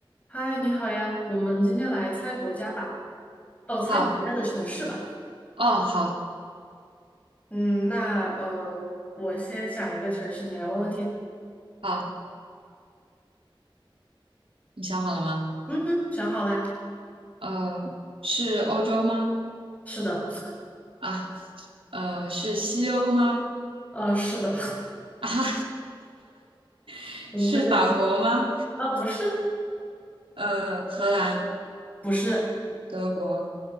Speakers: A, on the left; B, on the right.
A: 嗨，你好呀，我们今天来猜国家吧，哦，猜国家的城市吧。
B: 好，哦，好，
A: 嗯，那呃，我先想一个城市，你来问问题。
B: 好，你想好了吗？
A: 嗯哼，想好啦。
B: 呃，是欧洲吗？
A: 是的，
B: 啊，呃，是西欧吗？
A: <laughs> 呃，是的，
B: 啊，<laughs>
A: 怎么会这样？
B: 是法国吗？
A: 啊，不是，
B: 呃，荷兰、
A: 不是，
B: 德国，